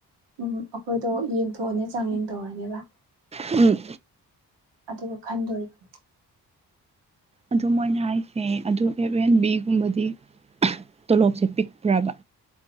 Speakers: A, on the right; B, on the right.
A: ꯎ ꯑꯩꯈꯣꯏꯗꯣ ꯌꯦꯡꯊꯣꯛꯑꯅꯤ ꯆꯥꯡꯌꯦꯡ ꯇꯧꯔꯅꯦꯕ
B: ꯎꯝ
A: ꯑꯗꯨꯒ ꯈꯟꯗꯣꯔꯤꯕ
B: ꯑꯗꯨ ꯃꯣꯏꯅ ꯍꯥꯏꯁꯦ ꯑꯗꯨ ꯑꯦꯐ ꯑꯦꯟ ꯕꯤꯒꯨꯝꯕꯗꯤ ꯇꯣꯂꯣꯞꯁꯦ ꯄꯤꯛꯄ꯭ꯔꯕ